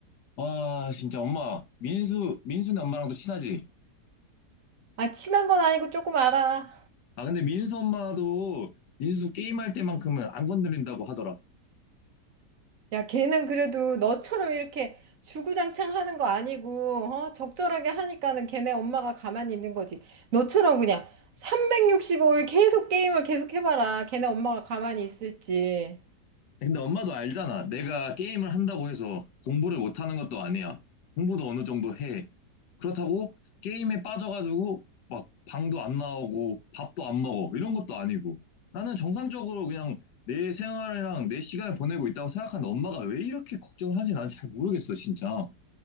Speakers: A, on the left; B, on the right.
A: 와 진짜 엄마 민수 민수네 엄마랑도 친하지?
B: 아, 친한 건 아니고 조금 알아.
A: 아 근데 민수 엄마도 민수 게임할 때만큼은 안 건드린다고 하더라.
B: 야, 걔는 그래도 너처럼 이렇게 주구장창 하는 거 아니고, 어? 적절하게 하니까는 걔네 엄마가 가만히 있는 거지. 너처럼 그냥 365일 계속 게임을 계속 해봐라. 걔네 엄마가 가만히 있을지.
A: 근데 엄마도 알잖아. 내가 게임을 한다고 해서 공부를 못하는 것도 아니야. 공부도 어느 정도 해. 그렇다고 게임에 빠져가지고 막 방도 안 나오고 밥도 안 먹어. 이런 것도 아니고. 나는 정상적으로 그냥 내 생활이랑 내 시간을 보내고 있다고 생각하는데 엄마가 왜 이렇게 걱정을 하지? 난 잘 모르겠어, 진짜.